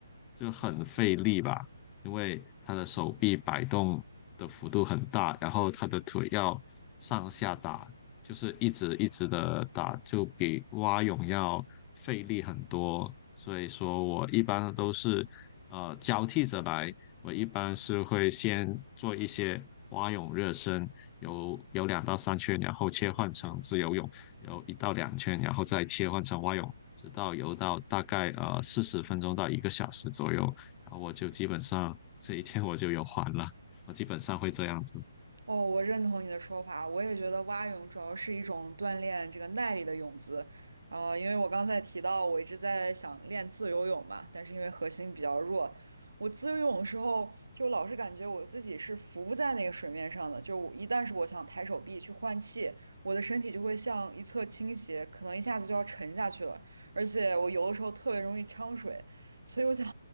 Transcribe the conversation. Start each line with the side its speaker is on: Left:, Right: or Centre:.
Left: 就很费力吧，因为他的手臂摆动的幅度很大，然后他的腿要上下打，就是一直一直的打，就比蛙泳要费力很多。所以说我一般都是呃交替着来，我一般是会先做一些蛙泳热身，有有两到三圈，然后切换成自由泳，有一到两圈，然后再切换成蛙泳，直到游到大概呃四十分钟到一个小时左右，然后我就基本上这一天我就游完了，我基本上会这样子。
Right: 哦，我认同你的说法，我也觉得蛙泳主要是一种锻炼这个耐力的泳姿。呃，因为我刚才提到我一直在想练自由泳嘛，但是因为核心比较弱，我自由泳的时候就老是感觉我自己是浮在那个水面上的，就我一旦是我想抬手臂去换气，我的身体就会向一侧倾斜，可能一下子就要沉下去了，而且我游的时候特别容易呛水，所以我想。